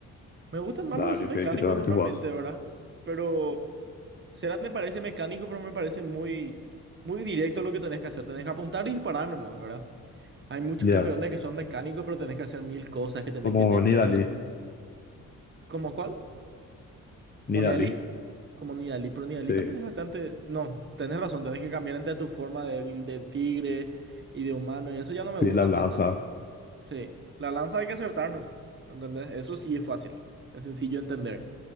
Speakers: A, on the right (about 35°); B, on the left (about 30°).
A: Me gustan más
B: Dario,
A: los que son mecánicos
B: que, que también
A: normalmente,
B: tú jugás.
A: ¿verdad? Pero Serat me parece mecánico, pero me parece muy, muy directo lo que tenés que hacer. Tenés que apuntar y disparar nomás, ¿verdad? Hay muchos
B: Ya.
A: campeones que son mecánicos, pero tenés que hacer mil cosas, que tenés
B: Como
A: que... te-
B: Nidalee.
A: tenés... ¿Cómo cuál? Como
B: Nidalee.
A: Nidalee, como Nidalee, pero Nidalee
B: Sí.
A: también es bastante. No, tenés razón, tenés que cambiar entre tu forma de, de tigre y de humano, y eso ya no me
B: Sí,
A: gusta
B: la lanza.
A: más tanto. Sí, la lanza hay que acertar nomás, ¿entendés? Eso sí es fácil, es sencillo de entender.